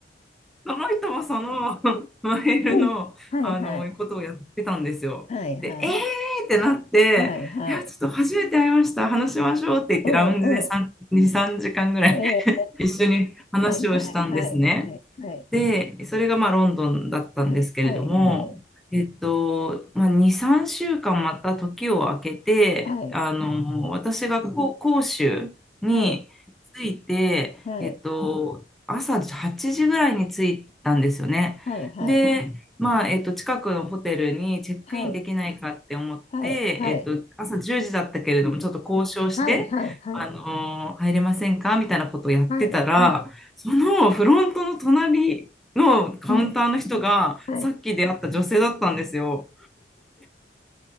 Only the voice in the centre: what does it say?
その人もその <laughs> マイルの、
あのことをやってたんですよ。
で、えーってなって、
いや、ちょっと初めて会いました、話しましょうって言って、
ラウンジで3、
2、3時間ぐらい
<laughs> 一緒に話をしたんですね。
で、それがまあロンドンだったんですけれども、
えっと、まあ、2、3週間また時を空けて、
あの、私がこう杭州に着いて、
えっと、朝8時ぐらいに着いたんですよね。
で、まあ、えっと、近くのホテルにチェックインできないかって思って、
えっと、朝10時だったけれども、ちょっと交渉して、
あの、入れませんかみたいなことをやってたら、
そのフロントの隣のカウンターの人がさっき出会った女性だったんですよ。